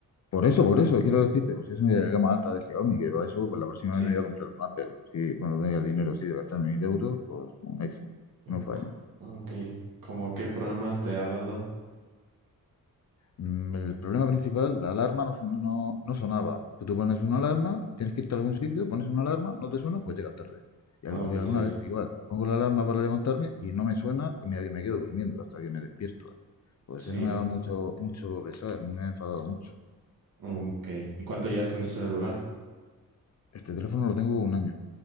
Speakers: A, on the left; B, on the right.
A: Por eso, por eso, quiero decirte, pues es una gama alta de Xiaomi, que va eso, pues la próxima
B: Sí.
A: vez me voy a comprar un Apple. Sí, cuando tenga el dinero así de gastarme mil euros, pues un iPhone,
B: Ok.
A: que no falla.
B: ok. ¿Cómo qué problemas te ha dado?
A: Mm, El problema principal, la alarma no, fun- no, no sonaba. Tú te pones una alarma, tienes que irte a algún sitio, pones una alarma, no te suena, pues llegas tarde. Y
B: Ah,
A: al- o
B: pues
A: alguna
B: sí.
A: vez igual, pongo la alarma para levantarme y no me suena y me, me quedo durmiendo hasta que me despierto. Pues
B: Sí.
A: eso me ha dado mucho, mucho pesar, me ha enfadado mucho.
B: Ok. ¿Y cuánto llevas con ese celular?
A: Este teléfono lo tengo un año.